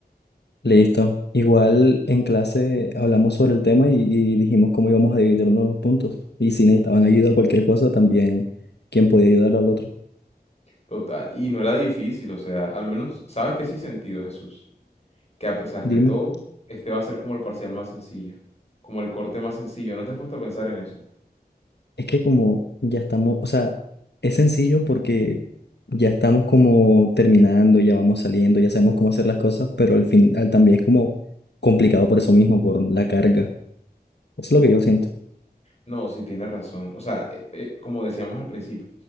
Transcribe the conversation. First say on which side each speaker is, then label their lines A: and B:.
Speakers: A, on the left (about 85°); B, on the left (about 40°).
A: Listo. Igual en clase hablamos sobre el tema y, y dijimos cómo íbamos a dividirnos los puntos. Y si necesitaban ayuda o cualquier cosa, también quién podía ayudar al otro.
B: Total. Y no era difícil, o sea, al menos, ¿sabes qué sí he sentido, Jesús? Que a pesar
A: Dime.
B: de todo, este va a ser como el parcial más sencillo, como el corte más sencillo. ¿No te has puesto a pensar en eso?
A: Es que como ya estamos, o sea, es sencillo porque ya estamos como terminando, ya vamos saliendo, ya sabemos cómo hacer las cosas, pero al final también es como complicado por eso mismo, por la carga. Eso es lo que yo siento.
B: No, sí tienes razón. O sea, eh, eh, como decíamos al principio,